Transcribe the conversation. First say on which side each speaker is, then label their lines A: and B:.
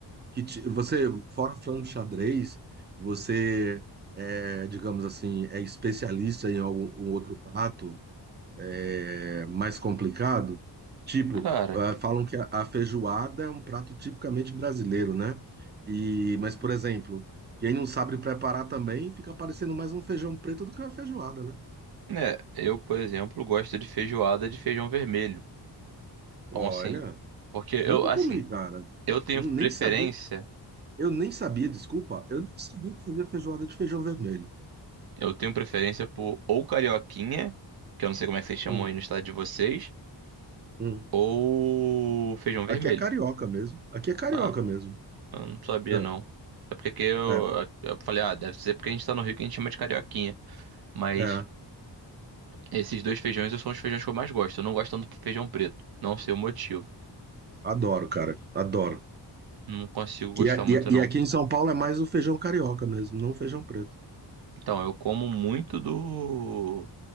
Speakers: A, on the right; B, on the right.
A: Que ti- você fora frango xadrez, você é, digamos assim, é especialista em algum um outro prato é, mais complicado. Tipo,
B: Cara,
A: ah, falam que a a feijoada é um prato tipicamente brasileiro, né? E, mas, por exemplo, quem não sabe preparar também fica parecendo mais um feijão preto do que uma feijoada, né?
B: né, eu, por exemplo, gosto de feijoada de feijão vermelho. Então,
A: Olha,
B: assim, porque eu,
A: nunca
B: assim,
A: comi, cara.
B: eu tenho
A: Não, nem
B: preferência,
A: sabia. Eu nem sabia, desculpa, eu nem sabia que fazia feijoada de feijão vermelho.
B: eu tenho preferência por ou carioquinha, que eu não sei como é que vocês chamam
A: Hum,
B: aí no estado de vocês,
A: hum.
B: ou feijão vermelho.
A: Aqui é carioca mesmo. Aqui é carioca
B: Ah,
A: mesmo.
B: eu não sabia
A: É,
B: não. É porque que eu,
A: é,
B: eu falei, ah, deve ser porque a gente tá no Rio que a gente chama de carioquinha. Mas
A: é.
B: esses dois feijões são os feijões que eu mais gosto. Eu não gosto tanto do feijão preto. Não sei o motivo.
A: Adoro, cara. Adoro.
B: Não consigo gostar
A: E, a-
B: muito
A: e, a-
B: não.
A: e aqui em São Paulo é mais o feijão carioca mesmo, não o feijão preto.
B: Então, eu como muito do...